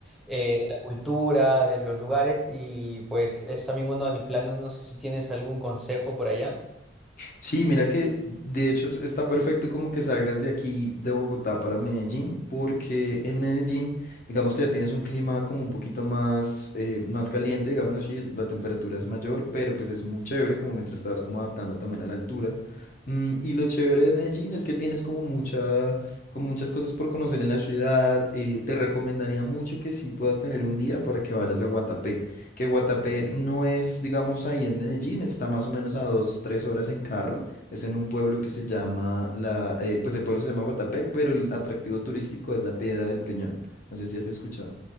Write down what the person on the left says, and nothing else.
Sí, mira que de hecho es- está perfecto como que salgas de aquí de Bogotá para Medellín, porque en Medellín, digamos que ya tienes un clima como un poquito más, eh, más caliente, digámoslo así, la temperatura es mayor, pero pues es muy chévere, como mientras estabas como adaptando también a la altura. Mm, y lo chévere de Medellín es que tienes como mucha, como muchas cosas por conocer en la ciudad. eh, te recomendaría mucho que sí puedas tener un día para que vayas a Guatapé que Guatapé no es, digamos, ahí en Medellín, está más o menos a dos, tres horas en carro. Es en un pueblo que se llama, la, eh, pues el pueblo se llama Guatapé, pero el atractivo turístico es la Piedra del Peñón. No sé si has escuchado.